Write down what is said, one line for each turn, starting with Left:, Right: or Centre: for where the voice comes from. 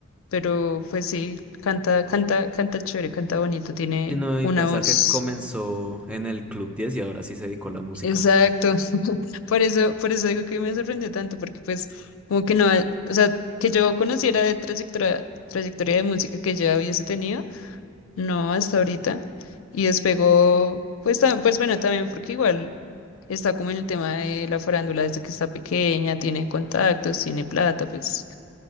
Left: pero pues sí, canta, canta, canta chévere, canta bonito, tiene
Centre: Sino
Left: una
Centre: y pensar
Left: voz.
Centre: que comenzó en el Club 10 y ahora sí se dedicó a la música.
Left: Exacto. Por eso, por eso digo que me sorprendió tanto, porque pues como que no, ha- o sea, que yo conociera de trayectoria, trayectoria de música que ya hubiese tenido, no hasta ahorita. Y despegó, pues también, pues bueno, también porque igual está como en el tema de la farándula desde que está pequeña, tiene contactos, tiene plata, pues